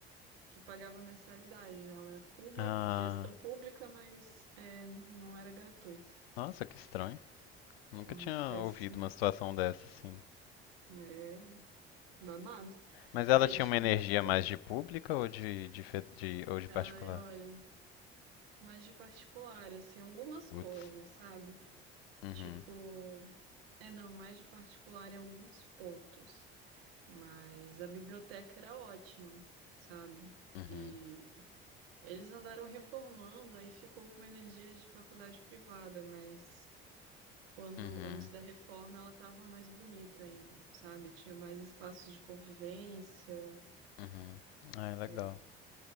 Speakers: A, on the right; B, on the left.
A: que pagava mensalidade, né? Ela era pública,
B: Ah,
A: de gestão pública, mas é, não era gratuita.
B: nossa, que estranho. Nunca
A: Uhum.
B: tinha
A: Péssimo.
B: ouvido uma situação dessa, assim.
A: É, babado.
B: Mas
A: Aí
B: ela tinha
A: tinha
B: uma energia
A: muita.
B: mais de pública ou de, de, fe- de- ou de particular?
A: Ai, olha, mais de particular, assim, algumas
B: Putz.
A: coisas, sabe?
B: Uhum,
A: Tipo, é não, mais de particular em alguns pontos. Mas a biblioteca era ótima, sabe?
B: uhum,
A: E eles andaram reformando, aí ficou com uma energia de faculdade privada, mas quando,
B: uhum,
A: antes da reforma, ela tava mais bonita, hein, sabe? Tinha mais espaços de convivência.
B: uhum. Ai, legal.
A: É.